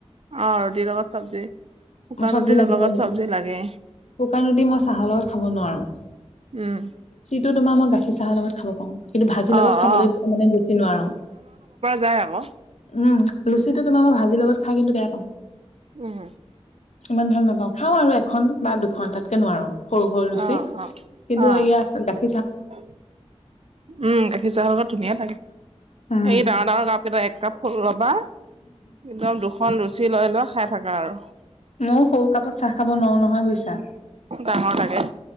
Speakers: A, on the right; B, on the left.
A: অ ৰুটিৰ লগত চব্জি। শুকান
B: মোক চবজি
A: ৰুটিৰ
B: লাগিব
A: লগত
B: মোৰ
A: চব্জি
B: শুকান
A: লাগে
B: ৰুটি মই চাহৰ লগত খাব নোৱাৰো।
A: উম।
B: টো তোমাৰ মই গাখীৰ চাহৰ লগত খাব পাওঁ। কিন্তু ভাজিৰ
A: অ অ
B: লগত খাবলৈ মানে বেছি নোৱাৰোঁ।
A: যাই আকৌ।
B: উম লুচিটো তোমাৰ মই ভাজিৰ লগত খাই কিন্তু বেয়া পাওঁ।
A: উম।
B: ইমান ভাল নাপাওঁ খাওঁ আৰু এখন বা দুখন তাত। কে নোৱাৰো সৰু সৰু লুচি
A: অ অ
B: কিন্তু
A: অ
B: এয়া আছে গা
A: উম গাখীৰ চাহৰ লগত ধুনীয়া লাগে।
B: উম
A: এই ডাঙৰ ডাঙৰ কাপ কেইটা এক কাপ ফুল ল'বা, একদম দুখন লুচি লুচি লৈ লৈ খাই থাকা আৰু।
B: মও সৰু কাপত চাহ খাব নোৱাৰো নহয় বুইছা।
A: ডাঙৰ লাগে।